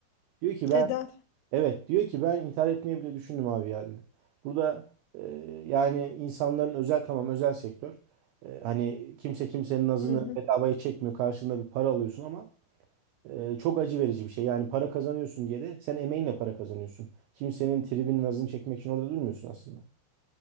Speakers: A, on the right (about 85°); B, on the left (about 85°).
A: Diyor ki ben
B: Eder.
A: Evet diyor ki ben intihar etmeyi bile düşündüm abi ya diyor. Burada e, yani insanların özel tamam özel sektör. E, hani kimse kimsenin nazını
B: Hı hı.
A: bedavaya çekmiyor. Karşılığında bir para alıyorsun ama e, çok acı verici bir şey. Yani para kazanıyorsun diye de sen emeğinle para kazanıyorsun. Kimsenin tribinin nazını çekmek için orada durmuyorsun aslında.